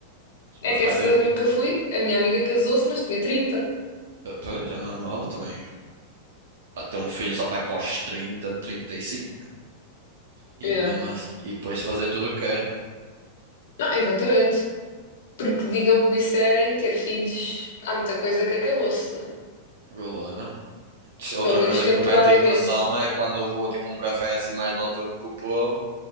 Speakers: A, on the right; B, on the left.
A: Os
B: É
A: meus
B: que
A: pais
B: esse
A: têm.
B: casamento que eu fui, a minha amiga casou-se, mas tinha trinta.
A: Pois, é normal, eu também. Pra ter um filho só pra ir pós 30, 35. E
B: Yeah.
A: cinco. E mesmo assim, e depois fazer tudo o que quero.
B: Não, exatamente. Porque digam o que disserem, ter filhos, há muita coisa que acabou-se, né?
A: Agora. Outra
B: Pelo menos
A: coisa que
B: temporariamente.
A: me mete impressão é quando eu vou tipo a um café assim mais noturno com o povo